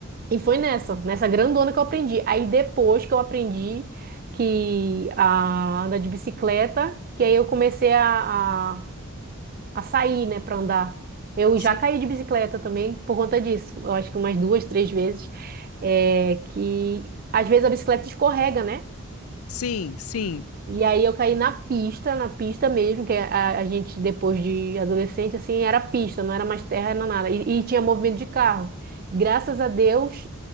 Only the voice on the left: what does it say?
sim,
sim, sim.